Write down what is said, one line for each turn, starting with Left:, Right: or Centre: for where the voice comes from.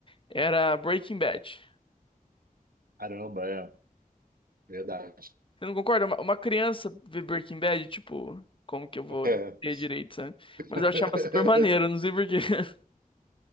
Left: Era Breaking Bad.
Right: Caramba, é verdade.
Left: Você não concorda? Uma, uma criança ver Breaking Bad, tipo, como que eu vou
Right: É.
Left: entender direito, sabe?
Right: <laughs>
Left: Mas eu achava super maneiro, não sei por quê. <laughs>